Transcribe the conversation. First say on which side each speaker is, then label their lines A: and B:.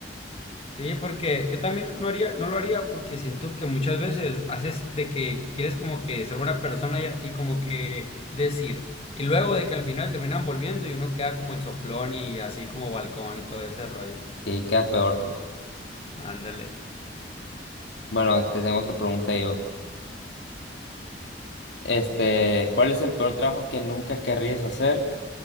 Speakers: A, on the left; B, on the left.
A: Sí, porque yo también no haría, no lo haría porque siento que muchas veces haces de que quieres como que ser buena persona y, y como que decir, y luego de que al final terminan volviendo y uno queda como el soplón y así como balcón y todo ese rollo.
B: Y ahí queda peor, pues.
A: Ándale.
B: Bueno, te tengo otra pregunta yo. Este, ¿cuál es el peor trabajo que nunca querrías hacer?